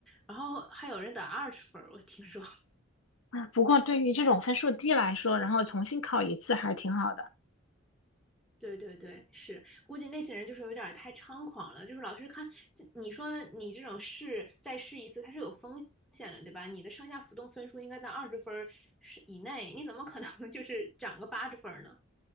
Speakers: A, in the centre; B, on the left (about 75°).
A: 然后还有人打二十分儿，我听说。<laughs>
B: 啊，不过对于这种分数低来说，然后重新考一次还挺好的。
A: 对对对，是，估计那些人就是有点儿太猖狂了，就是老师看，这你说你这种试再试一次，它是有风险的，对吧？你的上下浮动分数应该在二十分儿是以内，你怎么可能 <laughs> 就是涨个八十分儿呢？